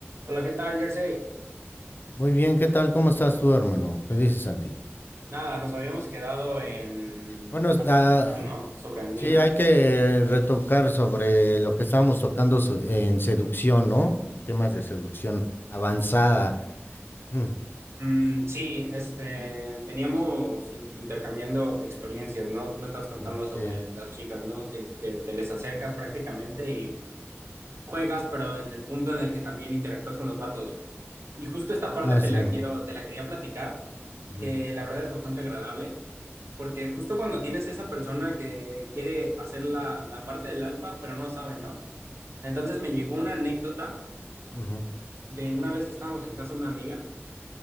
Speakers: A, on the right; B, on the left.
A: Hola, ¿qué tal, Jersey?
B: Muy bien, ¿qué tal? ¿Cómo estás tú, hermano? ¿Qué dices, Santi?
A: Nada, nos habíamos quedado en
B: Bueno,
A: la
B: está-
A: plática, ¿no? Sobre Neil.
B: sí, hay que retocar sobre lo que estábamos tocando so- en seducción, ¿no? Temas de seducción avanzada. Mm,
A: Mm, sí, este, veníamos in- intercambiando experiencias, ¿no? Tú me estabas contando
B: mm,
A: sobre
B: sí.
A: las chicas, ¿no? Que, que te les acercas prácticamente y juegas, pero en el punto en el que también interactúas con los vatos. Y justo esta parte
B: Ah,
A: te
B: sí.
A: la quiero, te la quería platicar,
B: Ujú,
A: que la verdad es bastante agradable. Porque justo cuando tienes esa persona que quiere hacer la, la parte del alfa, pero no sabe, ¿no? Entonces me llegó una anécdota
B: ujú.
A: de una vez que estábamos en casa de una amiga,